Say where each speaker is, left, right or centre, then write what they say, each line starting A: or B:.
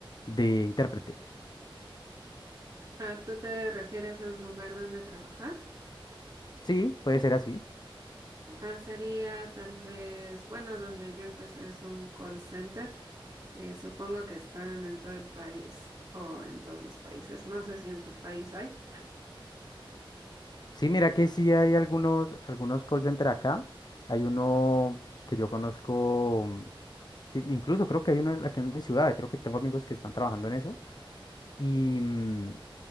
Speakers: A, on the left; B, on the right.
A: de intérprete?
B: Ah, ¿tú te refieres a un lugar donde trabajar?
A: Sí, puede ser así.
B: Ah, sería tal vez, bueno, donde yo empecé es un call center. Eh, supongo que están en todo el país o en todos los países. No sé si en tu país hay.
A: Sí, mira que sí hay algunos, algunos call center acá. Hay uno que yo conozco, mm, que incluso creo que hay uno en- aquí en mi ciudad, creo que tengo amigos que están trabajando en eso. Y, mm,